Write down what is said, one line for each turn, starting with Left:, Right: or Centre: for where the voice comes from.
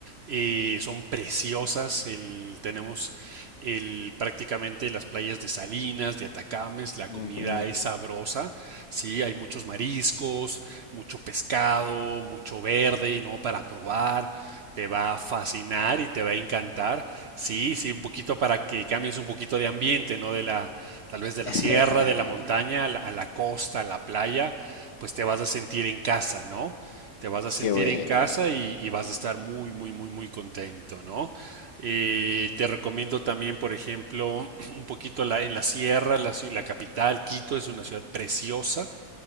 Right: eh, son preciosas, el- tenemos el, prácticamente las playas de Salinas, de Atacames, la
Left: Ujú.
Right: comida es sabrosa, sí, hay muchos mariscos, mucho pescado, mucho verde, ¿no? Para probar, te va a fascinar y te va a encantar, sí, sí, un poquito para que cambies un poquito de ambiente, ¿no? De la, tal vez de la
Left: <laughs>
Right: sierra, de la montaña, a la, a la costa, a la playa, pues te vas a sentir en casa, ¿no? Te vas a sentir
Left: Qué bueno.
Right: en casa y, y vas a estar muy, muy, muy, muy contento, ¿no? Eh, te recomiendo también, por ejemplo, <clears throat> un poquito la- en la sierra, la, ci- la capital, Quito es una ciudad preciosa,